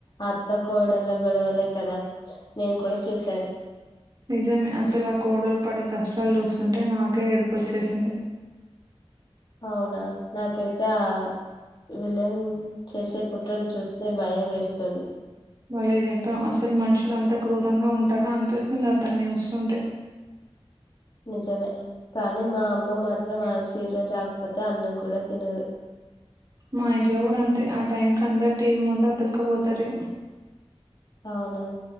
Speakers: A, on the left; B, on the right.
A: అత్త కోడల్ల గొడవలే కదా నేను కూడా చూశాను
B: నిజమే అసలు ఆ కోడల్ పడే కష్ ష్టాలు చూస్తుంటే నాకే ఏడుపుచ్చేసింది
A: అవునా నాకైతే ఆ విలన్ చేసే కుట్రలు చూస్తే భయం వేస్తుంది
B: బలే చెప్పావు అసలు మనుషులు అంతా క్రూరంగా ఉంటారా అనిపిస్తుంది అతన్ని చూస్తుంటే
A: నిజమే కానీ మా అమ్మ మాత్రం ఆ సీరియల్ రాకపోతే అన్నం కూడా తినదు
B: మా ఇంట్లో కూడా అంతే ఆ టైం కి అందరు టీవీ ముందు అతుక్కపోతారు
A: అవునా